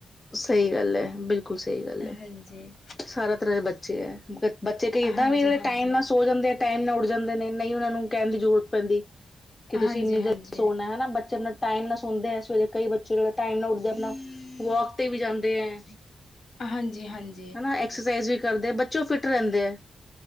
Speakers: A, on the left; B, on the left.
A: ਸਹੀ ਗੱਲ ਹੈ, ਬਿਲਕੁਲ ਸਹੀ ਗੱਲ
B: ਹਾਂਜੀ
A: ਹੈ, ਸਾਰਾ ਤਰ੍ਹਾਂ ਦੇ ਬੱਚੇ ਹੈ। ਬੱਚੇ ਕਈ ਏਦਾਂ
B: ਹਾਂਜੀ
A: ਵੀ ਜਿਹੜੇ
B: ਹਾਂਜੀ ਹਾਂਜੀ
A: ਟਾਈਮ ਨਾਲ ਸੋ ਜਾਂਦੇ ਆ, ਟਾਈਮ ਨਾਲ ਉੱਡ ਜਾਂਦੇ ਨੇ, ਨਹੀਂ ਉਹਨਾਂ ਨੂੰ ਕਹਿਣ ਦੀ ਜ਼ਰੂਰਤ ਪੈਂਦੀ ਕਿ
B: ਹਾਂਜੀ
A: ਤੁਸੀਂ ਇੰਨੀ
B: ਹਾਂਜੀ
A: ਜਲਦੀ ਸੋਣਾ ਹੈ ਬੱਚਿਆਂ ਦਾ ਪ ਟਾਈਮ ਨਾਲ ਸੋਂਦੇ ਦੇ ਹੈ, ਸਵੇਰੇ ਕਈ ਬੱਚੇ ਜਿਹੜੇ ਟਾਈਮ ਨਾਲ ਉੱਠਦੇ, ਆਪਣਾ ਵੋਕ ਤੇ ਵੀ ਜਾਂਦੇ ਏ
B: ਹਾਂਜੀ, ਹਾਂਜੀ
A: ਹਨਾ, ਐਕਸਰਸਾਈਜ਼ ਵੀ ਕਰਦੇ ਬੱਚੇ ਉਹ ਫਿੱਟ ਰਹਿੰਦੇ